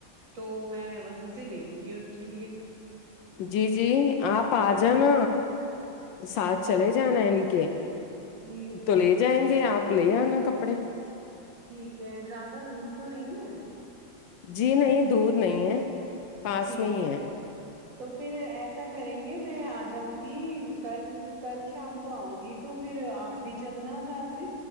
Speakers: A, on the right; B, on the left.
A: تو میں وہیں سے لےلونگی ان کے لیے
B: جی جی آپ آ جانا ساتھ چلے جانا ان کے
A: جی
B: تو لے جائیں گے آپ لے آنا کپڑے
A: ٹھیک ہے زیادہ دور تو نہیں ہے
B: جی نہیں دور نہیں ہے پاس
A: ٹھیک
B: میں ہی
A: ہے تو پھر ایسا کریں گے میں آ جاؤں گی کل کل شام کو آؤں گی تو پھر آپ بھی چلنا ساتھ میں